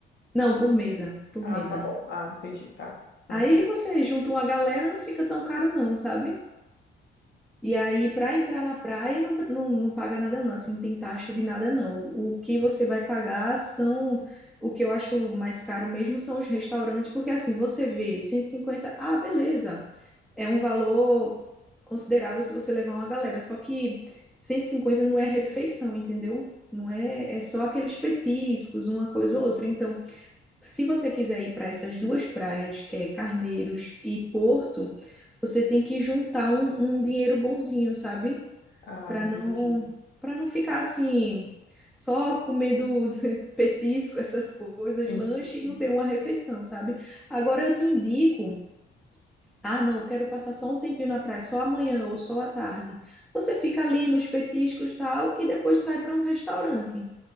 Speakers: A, in the centre; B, on the left.
A: Não, por mesa, por
B: Ah,
A: mesa.
B: tá bom. Ah, entendi, tá. Ah.
A: Aí você junta uma galera, não fica tão caro não, sabe? E aí, para entrar na praia, não, não, não paga nada, não. Assim, não tem taxa de nada, não. O que você vai pagar são. O que eu acho mais caro mesmo são os restaurantes, porque assim, você vê 150, ah, beleza. É um valor considerável se você levar uma galera. Só que 150 não é refeição, entendeu? Não é, é só aqueles petiscos, uma coisa ou outra. Então, se você quiser ir para essas duas praias, que é Carneiros e Porto, você tem que juntar um, um dinheiro bonzinho, sabe?
B: Ah,
A: Para
B: entendi.
A: não, para não ficar assim, só comendo <laughs> petisco, essas coisas,
B: Entendi.
A: lanche e não ter uma refeição, sabe? Agora eu te indico. Ah, não, quero passar só um tempinho na praia, só amanhã ou só à tarde. Você fica ali nos petiscos e tal, e depois sai para um restaurante